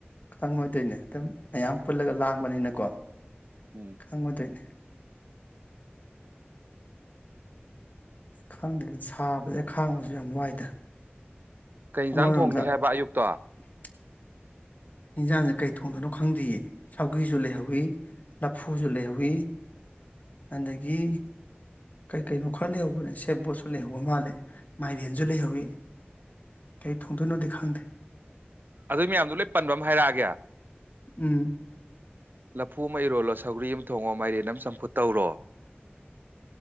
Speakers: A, on the left (about 40°); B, on the right (about 50°).
A: ꯈꯪꯉꯣꯏꯗꯣꯏꯅꯦ ꯑꯗꯨꯝ ꯃꯌꯥꯝ ꯄꯨꯜꯂꯒ ꯂꯥꯡꯕꯅꯤꯅꯀꯣ
B: ꯎꯝ
A: ꯈꯪꯎ ꯗꯣꯏꯅꯦ ꯈꯥꯡꯗꯦꯅꯦ ꯁꯥꯕꯁꯦ ꯈꯥꯡꯕꯁꯨ ꯌꯥꯝ ꯋꯥꯏꯗ
B: ꯀꯩ ꯏꯟꯖꯥꯡ
A: ꯑꯃꯔꯣꯝꯗ
B: ꯊꯣꯡꯅꯤ ꯍꯥꯏꯕ ꯑꯌꯨꯛꯇꯣ
A: <unintelligible> ꯍꯟꯁꯥꯡꯁꯦ ꯀꯩ ꯊꯣꯡꯗꯣꯏꯅꯣ ꯈꯪꯗꯦꯌꯦ ꯁꯥꯎꯒꯤꯁꯨ ꯂꯩꯍꯧꯋꯤ ꯂꯐꯨꯁꯨ ꯂꯩꯍꯧꯋꯤ ꯑꯗꯒꯤ ꯀꯩꯀꯩꯅꯣ ꯈꯔ ꯂꯩꯍꯧꯕꯅꯦ ꯁꯦꯞꯕꯣꯠꯁꯨ ꯂꯩꯍꯧꯕ ꯃꯥꯜꯂꯦ ꯃꯥꯏꯔꯦꯟꯁꯨ ꯂꯩꯍꯧꯋꯤ ꯀꯩ ꯊꯣꯡꯗꯣꯏꯅꯣꯗꯤ ꯈꯪꯗꯦ
B: ꯑꯗꯨꯏ ꯃꯌꯥꯝꯗꯣ ꯂꯣꯏ ꯄꯟꯕ ꯑꯃ ꯍꯥꯏꯔꯛꯑꯒꯦ
A: ꯎꯝ
B: ꯂꯐꯨ ꯑꯃ ꯏꯔꯣꯜꯂꯣ ꯁꯧꯒ꯭ꯔꯤ ꯑꯃ ꯊꯣꯡꯉꯣ ꯃꯥꯏꯔꯦꯟ ꯑꯃ ꯆꯝꯐꯨꯠ ꯇꯧꯔꯣ